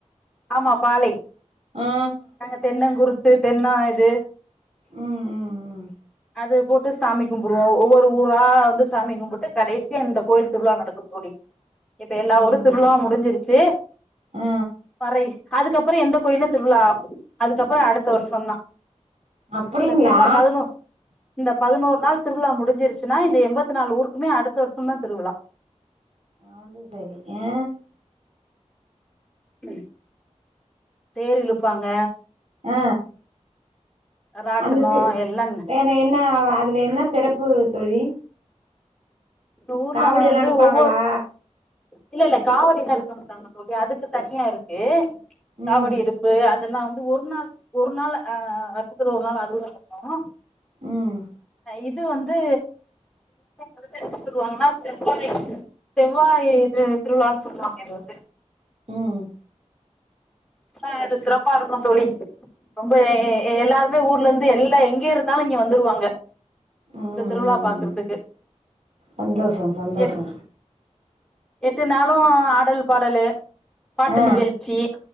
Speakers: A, in the centre; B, on the right.
A: ஆமா பாலை
B: ஆ
A: நாங்க தென்ன குறுத்து தென்ன இது
B: ம் ம் ம்
A: அது போட்டு சாமி கும்புடுவோ ஒவ்வொரு ஊரா வந்து சாமி கும்புட்டு கடைசியா இந்த கோயில் திருவிழா நடக்கு தோழி இப்ப எல்லா
B: சரிங்க
A: ஊரு திருவிழாவு முடிஞ்சிருச்சு
B: ஆ
A: மறை அதுக்கப்பற எந்த கோயில்லயு திருவிழா அதுக்கப்பற அடுத்த வருஷந்தா
B: அப்படிங்களா
A: இந்த திருவிழா பதினோ இந்த பதினோரு நாள் திருவிழா முடிஞ்சிருச்சுன்னா இந்த எம்பத்தி நாலு ஊருக்குமே அடுத்த வருஷந்தா திருவிழா
B: அது சேரி அ
A: ம் தேர் இழுப்பாங்க
B: ஆ
A: ராட்டனோ
B: அந்த தி
A: எல்லா
B: ஏ இன்னு என்ன அ அதுல என்ன சிறப்பு தோழி
A: இந்த ஊர்ல
B: காவடி
A: வந்து
B: எல்லா எடுப்பாங்களா
A: ஒவ்வொர் இல்ல இல்ல காவடி எல்லா எடுக்க மாட்டாங்க தோழி அதுக்கு தனியா இருக்கு
B: ம்
A: காவடி எடுப்பு அந் இதெல்லா வந்து ஒரு நாள் ஒரு நாள்ல அ வருஷத்துல ஒரு நாள் அதுவு நடக்கு
B: ம்
A: இது வந்து அடுத்து சொல்லுவாங்கன்னா செவ்வாய் செவ்வாய் இது திருவிழான் சொல்லுவாங்க இது
B: ம்
A: ஆ அது சிறப்பா இருக்கு தோழி ரொம்ப எ எ எல்லாருமே ஊர்ல இருந்து எல்லா எங்க இருந்தாலு இங்க வந்துருவாங்க
B: ம் ம்
A: இந்த திருவிழா பாக்குறதுக்கு
B: சந்தோஷோ சந்தோஷோ
A: எட் எட்டு நாளு ஆடல் பாடலு பாட்டு
B: ஆ
A: நிகழ்ச்சி